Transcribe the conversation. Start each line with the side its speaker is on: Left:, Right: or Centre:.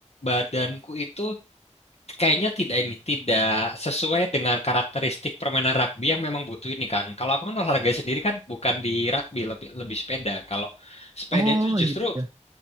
Left: badanku itu kayaknya tidak ini tidak sesuai dengan karakteristik permainan rugby yang memang butuh ini kan. Kalau aku kan olahraga sendiri kan bukan di rugby lebih lebih sepeda. Kalau sepeda
Right: Oh
Left: itu
Right: iya,
Left: justru
Right: iya.